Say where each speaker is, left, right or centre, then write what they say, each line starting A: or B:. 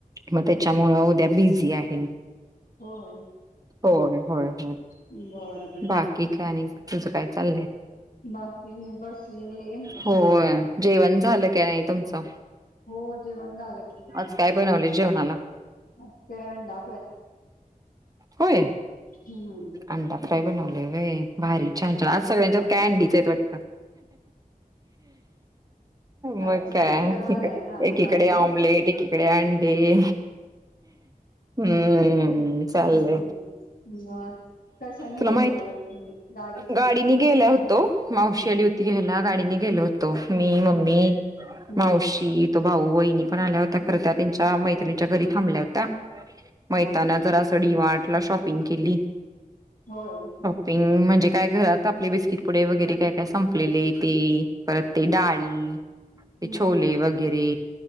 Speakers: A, on the right; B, on the left.
A: मग त्याच्यामुळं उद्या बिझी आहे
B: होय.
A: होय होय होय
B: बर बर
A: बाकी काय आणि तुझ काय चाललंय.
B: बाकी मी बसले.
A: होय जेवण झालं काय नाही तुमचं
B: हो जेवण झालं की.
A: आज काय बनवलं जेवणाला
B: आज काय अंडा
A: होय
B: हम्मम
A: अंडा फ्राय बनवले वे भारी छान छान आज सगळ्यांच्या कॅनडीच य वाटत. मग
B: आज
A: काय
B: शुक्रवार आहे ना
A: एकीकडे
B: त्यामुळं
A: ऑमलेट एक इकडे अंडी हम्म
B: हम्म
A: चाललले.
B: मग कशाने
A: तुला
B: गेलेलात
A: माहित
B: तुम्ही गाडीतून
A: गाडीने गेला होतो मावशी
B: हम्म
A: आली होती. त घ्यायला गाडीने गेलो होतो मी मम्मी
B: हम्म हम्म
A: मावशी तो भाऊ वहिणी पण आल्या होता खर त्या त्यांच्या मैत्रिणीच्या घरी थांबल्या होत मग येताना
B: हम्म हम्म.
A: जरा डी मार्ट ला शॉपिंग केली.
B: होय.
A: पिंग म्हणजे काय घरात आपले बिस्किट पुढ वगैरे काय काय संपलेले ते परत ते डाळी ते
B: हम्म
A: छोले
B: हम्म
A: वगैरे